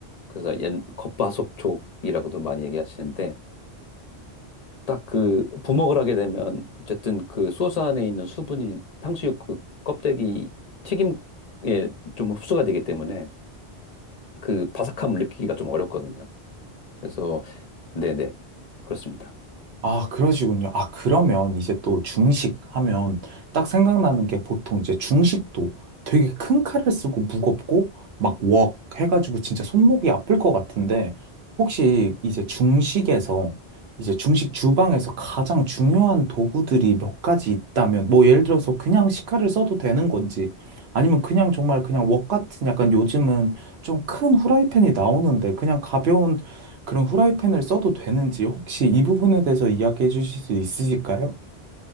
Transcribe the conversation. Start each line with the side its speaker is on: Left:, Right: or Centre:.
Left: 그래서 옛 겉바속촉이라고도 많이 얘기하시는데 딱 그 부먹을 하게 되면 어쨌든 그 소스 안에 있는 수분이 탕수육 그 껍데기 튀김에 좀 흡수가 되기 때문에 그 바삭함을 느끼기가 좀 어렵거든요. 그래서 네네 그렇습니다.
Right: 아, 그러시군요. 아, 그러면 이제 또 중식 하면 딱 생각나는 게 보통 이제 중식도 되게 큰 칼을 쓰고 무겁고 막 웍 해가지고 진짜 손목이 아플 것 같은데 혹시 이제 중식에서 이제 중식 주방에서 가장 중요한 도구들이 몇 가지 있다면 뭐 예를 들어서 그냥 식칼을 써도 되는 건지 아니면 그냥 정말 그냥 웍 같은 약간 요즘은 좀 큰 후라이팬이 나오는데 그냥 가벼운 그런 후라이팬을 써도 되는지 혹시 이 부분에 대해서 이야기해 주실 수 있으실까요?